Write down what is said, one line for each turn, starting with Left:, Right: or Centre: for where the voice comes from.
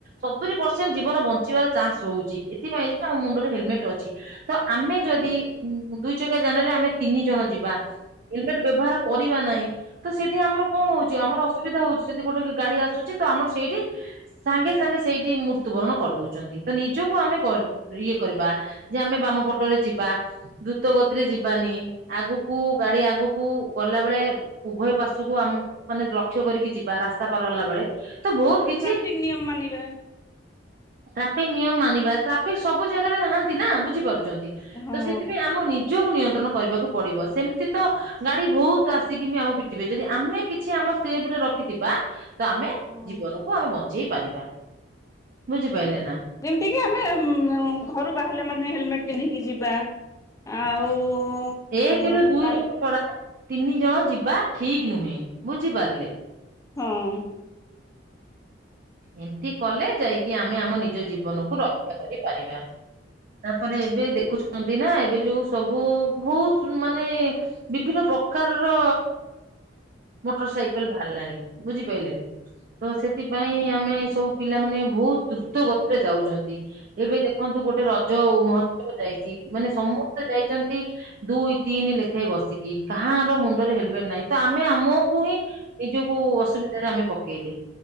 Right: ସତୁରି ପରସେଣ୍ଟ ଜୀବନ ବଞ୍ଚିବାର ଚାନ୍ସ ରହୁଚି ଏଥିପାଇଁ ଯେ ଆମ ମୁଣ୍ଡରେ ହେଲମେଟ ଅଛି। ତ ଆମେ ଯଦି ଉ ଦୁଇ ଚକା ଯାନରେ ଆମେ ତିନି ଜଣ ଯିବା ହେଲମେଟ୍ ବ୍ୟବହାର କରିବା ନାହିଁ ତ ସେଠି ଆମର କଣ ହଉଚି ଆମର ଅସୁ ଅସୁବିଧା ହେଉଚି ଯଦି ଗୋଟେ ଗାଡ଼ି ଆସୁଚି ତ ଆମର ସେଇଠି ସାଙ୍ଗେ ସାଙ୍ଗେ ସେଇଠି ମୃତ୍ୟୁବରଣ କରିଦଉଚନ୍ତି ତ ନିଜକୁ ଆମେ କ ଇଏ କରିବା ଯେ ଆମେ ବାମ ପଟରେ ଯିବା ଦ୍ରୁତ ଗତିରେ ଯିବାନି ଆଗକୁ ଗାଡି ଆଗକୁ ଗଲା ବେଳେ। ଉଭୟ ପାର୍ଶ୍ୱ କୁ ଆମ ମାନେ ଲକ୍ଷ୍ୟ କରିକି ଯିବା ରାସ୍ତା ପାର ହେଲା ବେଳେ। ତ ବହୁତ କିଛି।
Left: ଟ୍ରାଫିକ ନିୟମ ମାନିବା
Right: ଟ୍ରାଫିକ ନିୟମ ମାନିବା ଟ୍ରାଫିକ ସବୁ ଜାଗାରେ ନାହାନ୍ତି ନା ବୁଝିପାରୁଛନ୍ତି।
Left: ହଁ।
Right: ତ ସେଥିପାଇଁ ଆମ ନିଜକୁ ନିୟନ୍ତ୍ରଣ କରିବାକୁ ପଡିବ ସେମିତି ତ। ଗାଡି ବହୁତ ଆସିକି ବି ଆମକୁ ପିଟିବେ ଯଦି ଆମେ କିଛି ଆମ। ସେଭ ରେ ରଖିଥିବା ତ ଆମେ
Left: ହଁ।
Right: ଜୀବନକୁ ଆମେ ବଞ୍ଚେଇ ପାରିବା। ବୁଝିପାଇଲେ ନା।
Left: ଯେମିତି କି ଆମେ ଘରୁ ବାହାରିଲେ ମାନେ ହେଲମେଟ ପିନ୍ଧିକି ଯିବା। ଆଉ।
Right: ଏକ
Left: ଅ
Right: ରୁ ଦୁଇ
Left: ଗାଡି
Right: ଜଣ ଛଡା ତିନି ଜଣ ଯିବା ଠିକ ନୁହେଁ ବୁଝିପାରିଲେ।
Left: ହଁ।
Right: ଏମିତି କଲେ ଯାଇକି ଆମେ ଆମ ନିଜ ଜୀବନକୁୁ ରକ୍ଷା କରିପାରିବା। ତାପରେ ଏବେ ଦେଖୁଛନ୍ତି ନା ଏବେ ଯୋଉ ସବୁ ବହୁତ ମାନେ। ବିଭିନ୍ନ ପ୍ରକାରର ମୋଟର ସାଇକେଲ ବାହାରିଲାଣି ବୁଝିପାରିଲେନି। ତ ସେଥିପାଇଁ ଆମେ ସବୁ ପିଲାମାନେ ବହୁତ ଦ୍ରୁତ ଗତିରେ ଯାଉଛନ୍ତି। ଏବେ ଦେଖନ୍ତୁ ଗୋଟେ ରଜ ଆଉ ମହୋତ୍ସବ ଯାଇଛି ମାନେ ସମସ୍ତେ ଯାଇଛନ୍ତି ଦୁଇ। ତିନି ଲେଖାଏଁ ବସିକି କାହାର ର ମୁଣ୍ଡରେ ହେଲମେଟ ନାହିଁ। ତ ଆମେ ଆମକୁ ହିଁ ନିଜକୁ ଅସୁବିଧାରେ ଆମେ ପକେଇଲେ